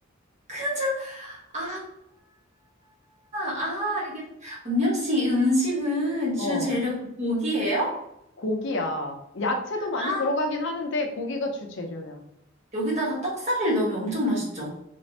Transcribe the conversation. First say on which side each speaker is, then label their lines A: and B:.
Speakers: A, on the right; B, on the left.
A: 큰 절, 아, 아, 알겠다. 언니 혹시 이 음식은
B: 어,
A: 주 재료가 고기예요?
B: 고기야. 야채도
A: 아,
B: 많이 들어가긴 하는데, 고기가 주 재료야.
A: 여기다가 떡살을 넣으면 엄청 맛있죠?